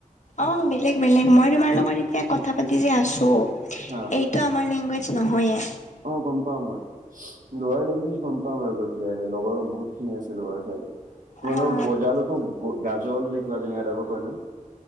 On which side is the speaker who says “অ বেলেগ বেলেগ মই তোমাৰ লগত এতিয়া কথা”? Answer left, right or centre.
Left